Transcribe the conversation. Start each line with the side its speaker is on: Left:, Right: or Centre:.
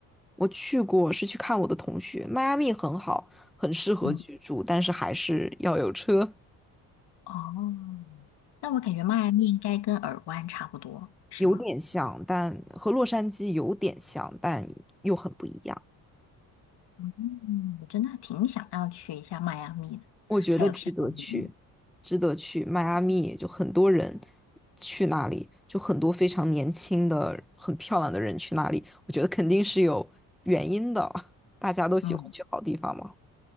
Centre: 我去过，是去看我的同学，迈阿密很好，很适合居住，
Left: 嗯，
Centre: 但是还是要有车。
Left: 哦，那我感觉迈阿密应该跟耳湾差不多，是吗？
Centre: 有点像，但和洛杉矶有点像，但又很不一样。
Left: 嗯，我真的挺想要去一下迈阿密的，
Centre: 我觉得值得去，
Left: 还有夏威夷。
Centre: 值得去。迈阿密就很多人去那里，就很多非常年轻的、很漂亮的人去那里，我觉得肯定是有原因的。<laughs> 大家都喜欢去好地方嘛。
Left: 嗯，